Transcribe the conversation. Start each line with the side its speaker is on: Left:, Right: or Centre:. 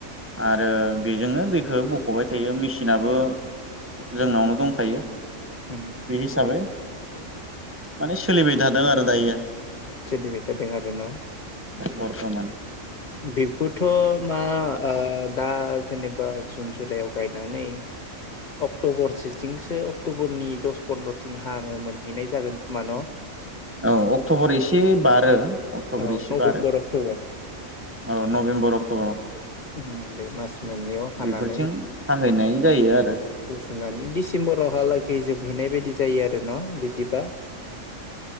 Right: आरो बेजोंनो दैखौ बख'बाय थायो मेसिनाबो। जोंनावनो दंखायो।
Left: उम
Right: बे हिसाबै माने सोलिबाय थादों आरो दायो।
Left: <unintelligible> आरो न'।
Right: बरथमान।
Left: बेखौथ' मा ओ दा जेनेबा जुन जुलाइयाव गायनानै। अक्ट'बरसेथिंसो अक्ट'बरनि दस पन्द्रथिं हानो मोनहैनाय जागोन खोमा न'
Right: औ अक्ट'बर एसे बारो अक्ट'बर
Left: औ
Right: एसे
Left: नभेम्बर
Right: बारो
Left: अक्ट'बर
Right: औ नभेम्बर अक्ट'बर।
Left: ओम बे मास मोननैयाव हानानै
Right: बेफोरथिं थाहैनाय जायो आरो।
Left: बुथुमनानै डिसेम्बरावहालागै जोबहैनाय बायदि जायो आरो न' बिदिबा